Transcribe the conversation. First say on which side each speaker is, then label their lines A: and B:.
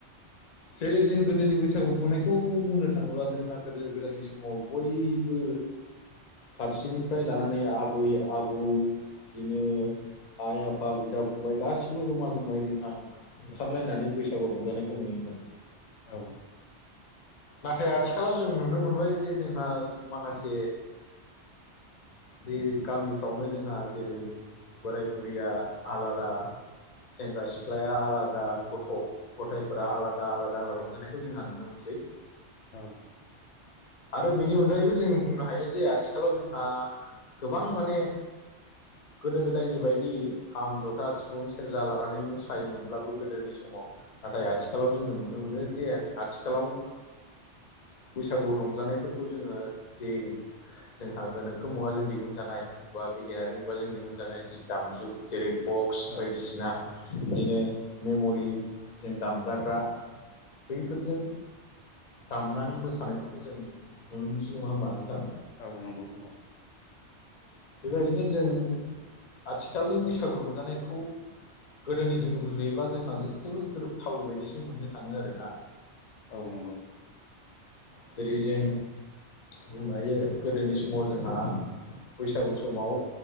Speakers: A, on the left; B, on the left.
A: जेरै जों गोदोनि बैसागु खुंनायखौ बुंनो थाङोब्ला जोंहा गोदो गोदायनि समाव बयबो
B: <inaudible>
A: फारसेनिफ्राय लानानै आबै आबौ बिदिनो आइ आफा बिदा फंबाय गासिबो जमा जमायै जोंहा ओंखारलायनानै बैसागु रंजानायखौ नुयोमोन।
B: औ
A: नाथाय आथिखालाव जों नुनो मोनबाय जे जोंहा माखासे जे गामिफ्रावनो जोंहा जेरै बोराय बुरिया आलादा सेंग्रा सिख्लाया आलादा गथ' गथायफोरा आला दा आलादा रंजानायखौ जोंहा नुनो मोनसै।
B: औ
A: आरो बेनि अनगायैबो जों बुंनो हायो जे आथिखालाव जोंहा गोबां माने गोदो गोदायनि बायदि खाम, जथा, सिफुं, सेरजा लानानै मोसायोमोनब्लाबो गोदोनि समाव नाथाय आथिखालाव जोङो नुनो मोनो जे आथिखालाव बैसागु रंजानायफोरखौ जोङो जे जोंहा गोनोखो मुगाजों दिहुनजानाय बा बिगियानारि मुगाजों दिहुन जानाय जि दामजु जेरै बक्स
B: औ
A: बायदिसिना बिदिनो मेमरि जों दाम जाग्रा बैफोरजों दामनानै मोसानायफोरखौ जों नुनो मोनसै नङा होमबा नोंथां।
B: औ नंगौ नंगौ।
A: बेबायदिनो जों आथिखालनि बैसागु रंजानायखौ गोदोनि जों रुजुयोब्ला जोंहा जेसेबो गोरोबथावै बायदिसो मोननो थाङो आरोना।
B: औ नंगौ।
A: जेरै जों बुंनो हायो गोदोनि समाव जोंहा बैसागु समाव